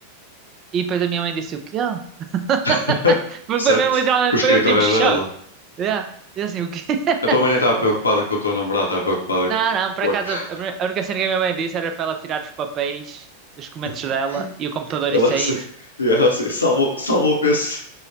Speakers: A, on the right; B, on the left.
A: e depois a minha mãe disse o quê? <laughs>
B: <laughs>
A: Porque
B: certo?
A: foi mesmo,
B: Que o escritório
A: foi mesmo tipo choque.
B: é dela.
A: É, E assim, o quê? <laughs>
B: A tua mãe nem estava preocupada com a tua namorada, estava preocupada
A: Não,
B: com,
A: não, por
B: com
A: acaso
B: a casa.
A: a a a única cena que a minha mãe disse era para ela tirar os papéis dos documentos dela
B: <laughs>
A: e o computador
B: Ela
A: e sair.
B: assim, e ela assim salvou, salvou o PC.